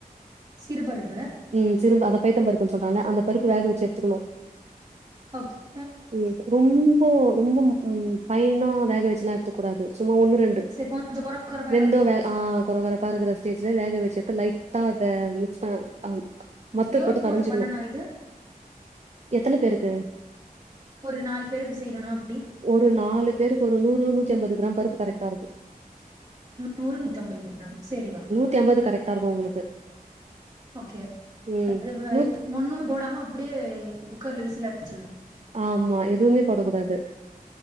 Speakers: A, on the right; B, on the right.
A: சிறுபருப்பு
B: ம் சிரும் அந்த பைத்தம் பருப்புன்னு சொல்றாங்க அந்த பருப்பு வேக வச்சு எடுத்துக்கணு
A: ஓகே
B: ம் ரொம்போ ரொம்ப பைனா வேக வச்சுல்லா எடுத்துக்க கூடாது சும்மா ஒன்னு ரெண் டு
A: சரி கொஞ்ச கொர கொரப்பா இருக்கணு
B: வெந்தோ வேக ஆ கொரகொரப் பா இருகுற ஸ்டேஜ்ல வேக வச்சி எடுத்து லைட்டா அத மிக்ஸ் ப அ த்து
A: எவ்ளோ
B: போட்டு கடைஞ்சிக்கணு
A: பண்ணனு இது
B: எத்தனை பேருக்கு
A: ஒரு நாலு பேருக்கு செய்யறனா அப்டி
B: ஒரு நாலு பேருக்கு ஒரு நூறு நூத்தம்பது கிராம் பருப்பு கரெக்டா இருக்கு
A: நூறு நூத்தி ஐம்பது கிராம் சரிவா
B: நுத்தி ஐம்பது கரெக்டா இருக்கு உங்களுக்கு
A: ஓகே
B: ம்
A: அது
B: நூத்
A: ஒண்ணுமே போடாம அப்டியே குக்கர்ல விசில அடிச்சிடணு
B: ஆமா எதுவுமே போடக்க கூடாது